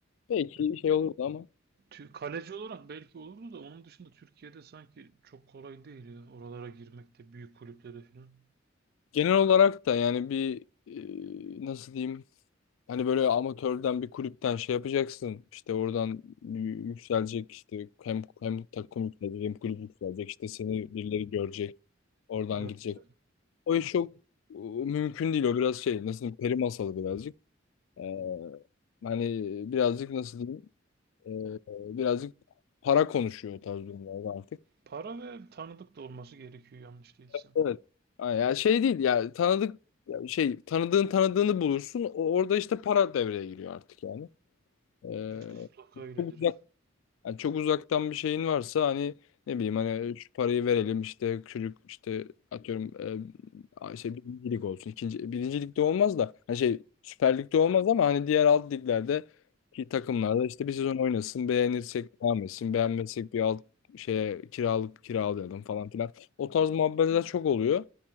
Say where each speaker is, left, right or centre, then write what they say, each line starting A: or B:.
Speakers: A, on the left; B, on the right.
A: Belki
B: Ya,
A: şey olurdu ama
B: tü- kaleci olarak belki olurdu da onun dışında Türkiye'de sanki çok kolay değil ya oralara girmek de büyük kulüplere falan.
A: genel olarak da yani bir e, nasıl diyeyim hani böyle amatörden bir kulüpten şey yapacaksın işte oradan y- yükselecek işte hem hem takım yükselecek hem kulüp yükselecek işte seni birileri görecek oradan
B: Evet,
A: gidecek.
B: evet.
A: O iş çok e, mümkün değil o biraz şey nasıl diyeyim peri masalı birazcık. Ee, Hani birazcık nasıl diyeyim? Ee, birazcık para konuşuyor o tarz durumlarda artık.
B: Para ve tanıdık da olması gerekiyor yanlış değilsem.
A: Evet. Ha, Ya şey değil ya tanıdık ya şey tanıdığın tanıdığını bulursun O- orada işte para devreye giriyor artık yani. Ee,
B: Evet, mutlaka öyledir.
A: çok uzak Yani çok uzaktan bir şeyin varsa hani ne bileyim hani şu parayı verelim işte çocuk işte atıyorum e, şey birinci lig olsun. ikinci birinci ligde olmaz da hani şey Süper Lig'de olmaz ama hani diğer alt liglerde ki takımlarda işte bir sezon oynasın beğenirsek devam etsin beğenmezsek bir alt şeye kiralık kiralayalım falan filan. O tarz muhabbetler çok oluyor.